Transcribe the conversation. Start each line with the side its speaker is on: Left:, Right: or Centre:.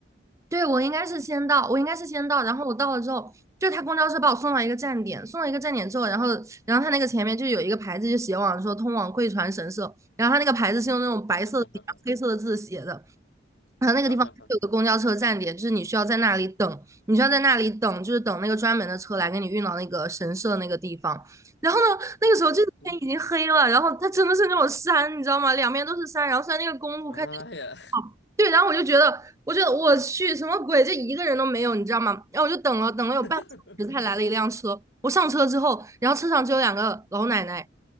Right: 对我应该是先到，我应该是先到，然后我到了之后，就他公交车把我送到一个站点，送到一个站点之后，然后然后他那个前面就有一个牌子就写往说通往贵船神社。然后它那个牌子是用那种白色的底啊，
Left: 啊哈哈哈
Right: 然后黑色的字写的。然后那个地方有个公交车站点，
Left: 啊哈哈，
Right: 就是你需要在那里等，你需要在那里等，就是等那个专门的车来给你运到那个神社那个地方。然后呢，那个时候就是天已经黑了，
Left: 嗯嗯，
Right: 然后它真的是那种山，你知道吗？两边都是山，然后虽然那个公路看起
Left: 妈呀，
Right: 对，然后我就觉得，我觉得我去什么鬼，这一个人都没有，你知道吗？然后我就等了等了有半个小时，
Left: <laughs>
Right: 才来了一辆车。我上车之后，然后车上只有两个老奶奶，